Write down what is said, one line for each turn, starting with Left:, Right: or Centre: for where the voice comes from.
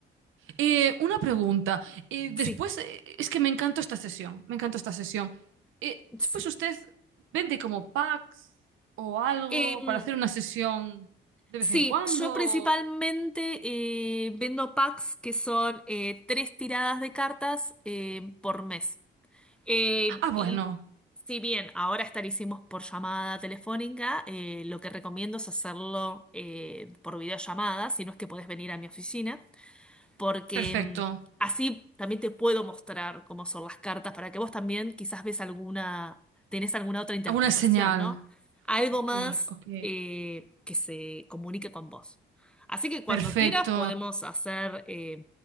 Right: Eh, una pregunta. Eh, después,
Centre: Sí,
Right: eh, es que me encantó esta sesión, me encantó esta sesión. Eh, después
Centre: sí.
Right: usted vende como packs o algo
Centre: Em,
Right: para hacer una sesión de
Centre: Sí,
Right: vez en cuando.
Centre: yo principalmente eh, vendo packs que son eh, tres tiradas de cartas eh, por mes. Eh,
Right: Ah, bueno,
Centre: y si bien ahora estarísimos por llamada telefónica, eh, lo que recomiendo es hacerlo eh, por videollamada, si no es que podés venir a mi oficina porque
Right: perfecto.
Centre: mm, así también te puedo mostrar cómo son las cartas para que vos también quizás ves alguna, tenés alguna otra interpretación,
Right: Alguna señal.
Centre: ¿no? Algo
Right: Ok,
Centre: más
Right: ok.
Centre: eh, que se comunique con vos. Así que cuando
Right: Perfecto.
Centre: quieras podemos hacer eh,